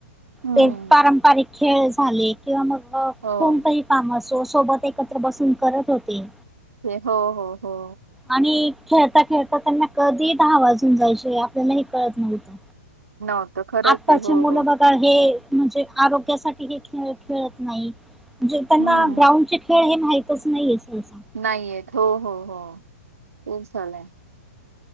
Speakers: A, on the right; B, in the centre.
A: हम्म
B: ते पारंपरिक खेळ झाले किंवा मग
A: हो
B: कोणतेही काम असो सोबत एकत्र बसून करत होते.
A: हो हो हो.
B: आणि खेळता खेळता त्यांना कधी दहा वाजून जायचे आपल्याला हे कळत नव्हतं.
A: नव्हतं. खरंच
B: आत्ताचे
A: आहे हो
B: मुलं
A: हो
B: बघा हे म्हणजे आरोग्यासाठी हे खेळ खेळत नाही. जे त्यांना
A: हम्म
B: ग्राउंडचे खेळ हे माहितच नाहीये सहसा.
A: नाही येत हो हो हो <unintelligible> झालंय.